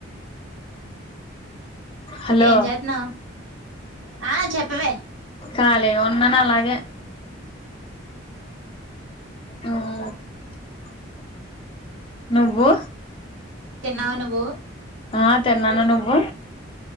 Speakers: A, on the left; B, on the right.
A: హలో
B: ఏం జెత్నావ్ ఆ చెప్పవే
A: కాలిగా ఉన్ ఉన్నను అలాగే హ్మ్ నువ్వు
B: తిన్నావా నువ్వు
A: ఆ తిన్నాను నువ్వు